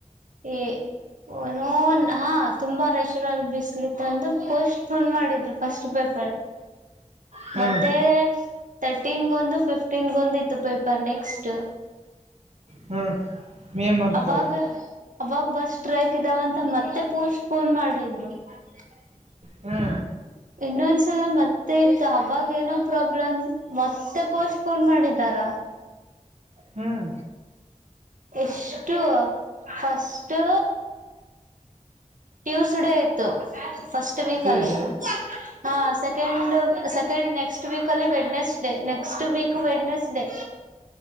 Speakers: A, on the right; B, on the right.
A: ಈ ನೋ ಹಾ ತುಂಬಾ ರೈಷರಲ್ಲಿ ಬಿಸ್ಲಿತ್ತ ಅಂದು ಪೋಸ್ಟ್ ಪೋನ್ ಮಾಡಿದ್ರು ಫಸ್ಟ್ ಪೇಪರ್
B: ಹ್ಞೂ
A: ಮತ್ತೆ ತರ್ಟೀನ್ ದು ಫಿಫ್ಟೀನ್ ಒಂದ ಇತ್ತು ಪೇಪರ್ ನೆಕ್ಸ್ಟ್
B: ಹ್ಮ ಮೇ ಮಂಥ್
A: ಅವಾಗ
B: ಗ
A: ಅವಾಗ ಬಸ್ ಟ್ರೈಕ್ ಇದಾವಂತ ಮತ್ತೆ ಪೋಸ್ಟ್ ಫೋನ್ ಮಾಡ್ರಿದ್ರು <inaudible>
B: ಹ್ಞೂ
A: ಇನ್ನೊಂದ್ಸಲ ಮತ್ತೆ ಮತ್ತೆ ಆಯ್ತ ಅವಾಗ ಏನೋ ಪ್ರಾಬ್ಲಮ್ ಮತ್ತೆ ಪೋಸ್ಟ್ ಪೋನ್ ಮಾಡಿದ್ದಾರ
B: ಹ್ಮ್
A: ಎಷ್ಟು <unintelligible> ಫಸ್ು ಟ್ಯೂಸ್ಡೇ ಆಯತು ಫಸ್ಟ್ ವೀಕ್ ಅಲ್ಲಿ
B: ಈಗ
A: ಹ ಸೆಕೆಂಡ್ ಸೆಕೆಂಡ್ ನೆಕ್ಸ್ಟ್ ವೀಕ್ ಅಲ್ಲಿ ವೆಡ್ನೆಸ್ ಡೇ ನಕ್ next week Wednesday